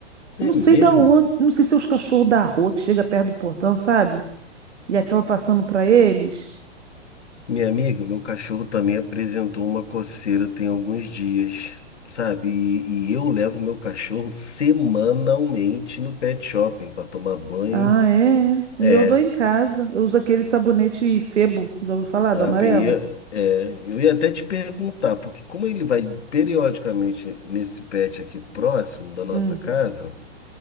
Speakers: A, on the right (about 85°); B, on the left (about 85°).
A: Eu
B: É
A: não sei
B: mesmo?
A: da onde, não sei se é os cachorros da rua que chega perto do portão, sabe? E acaba passando pra eles.
B: Minha amiga, meu cachorro também apresentou uma coceira tem alguns dias, sabe? E, e eu levo meu cachorro semanalmente no pet shopping para tomar banho.
A: Ah, é. é. O
B: É,
A: meu eu dou em casa. Eu uso aquele sabonete Febo, já ouviu falar
B: a
A: do amarelo?
B: PI, é, eu ia até te perguntar, porque como ele vai periodicamente nesse pet aqui próximo da nossa
A: Hum.
B: casa,